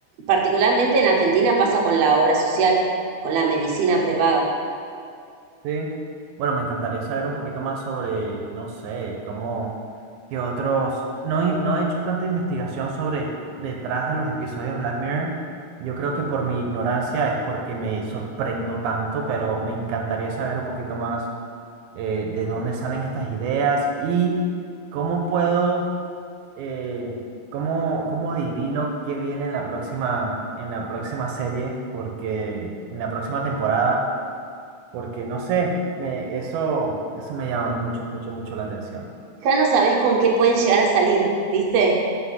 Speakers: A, on the right; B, on the right.
A: particularmente en Argentina pasa con la obra social, con la medicina prepaga.
B: Sí. Bueno, me encantaría saber un poquito más sobre, no sé, cómo, qué otros... No, he- no he hecho tanta investigación sobre detrás de los episodios de Black Mirror. Yo creo que por mi ignorancia es porque me sorprendo tanto, pero me encantaría saber un poquito más eh, de dónde salen estas ideas y cómo puedo, eh, cómo, cómo adivino qué viene en la próxima, en la próxima serie, porque en la próxima temporada porque no sé, me, eso, eso me llama mucho, mucho, mucho la atención.
A: Ya no sabés con qué pueden llegar a salir, ¿viste?